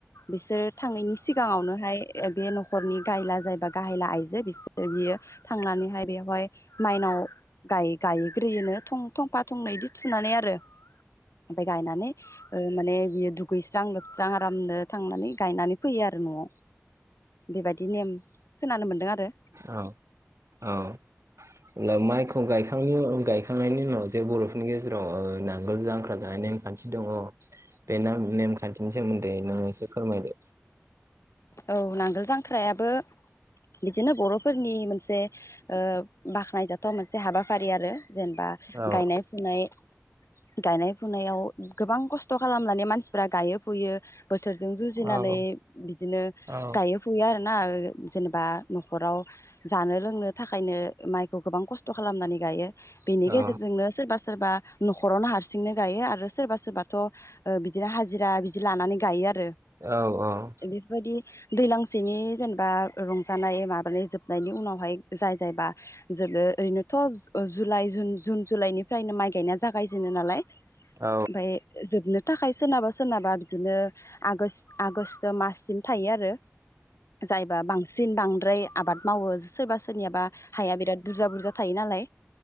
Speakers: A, on the left (about 80°); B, on the right (about 80°).
A: बिसोर थांनायनि सिगाङावनो हाय एक बे न'खरनि गाइला जायबा गाहाय गाहेला आइजो बिसोर बियो थांनानैहाय बेवहाय माइनाव गाय गायहैग्रोयोनो थं थंफा थंनै इदि थुनानै आरो ओमफाय गायनानै माने बियो दुब दुगैस्रा लोबस्रां आरामनो थांनानै गायनानै फैयो आरो न'आव बेबायदि नेम खोनानो मोन्दों आरो
B: औ औ अब्ला माइखौ गायखांनायनि उन गायखांनायनि उनाव जे बर'फोरनि गेजेराव ओ नांगोल जांख्रा जानाय नेमखान्थि दङ बे नेम नेमखान्थिनि सोमोन्दै नोङो एसे फोरमायदो
A: औ नांगोल जांख्रायाबो बिदिनो बर'फोरनि मोनसे ओ बाखनायजाथाव मोनसे हाबाफारि आरो जेनेबा
B: औ
A: गायनाय फुनाय गायनाय फुनायाव गोबां खस्थ' खालामनानै मानसिफ्रा गायो फुयो बोथोरजों जुजिनानै
B: औ
A: बिद ओ
B: औ
A: गायो फुयो आरो ना जेनेबा न'खराव जानो लोंनो थाखायनो माइखौ गोबां खस्थ' खालामनानै गायो बेनि
B: औ
A: गेजेरजोंनो सोरबा सोरबा न'खरावनो हारसिंनो गायो आरो सोरबा सोरबाथ' ओ बिदिनो हाजिरा बिदि लानानै गायो आरो।
B: औ औ
A: इफोरबायदि दै दैलांसेनि जेनेबा रंजानाय माबानाय जोबनायनि उनावहाय जाय जायबा जोबो ओरैनोथ' जुलाइ जुन जुलाइनिफ्रायनो माइ गायनाय जोब जागायजेनो नालाय ओमफाय
B: औ
A: जोबनो थाखाय सोरनाबा सोरनाबा बिदिनो आगोस आगोस ओ माससिम थायो आरो जायबा बांसिन बांद्राय आबाद मावो सोरबा सोरनियाबा हाया बिराद बुरजा बुर बुरजा थायो नालाय